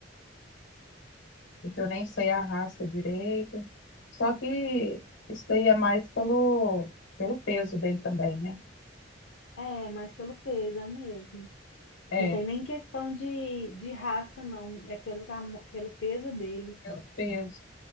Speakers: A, on the left; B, on the left.
A: porque eu nem sei a raça direito. Só que isso daí é mais pelo, pelo peso dele também, né?
B: É, mas pelo peso, é mesmo.
A: É,
B: Não tem nem questão de, de raça, não. É pelo, tamo- pelo peso dele.
A: pelo peso.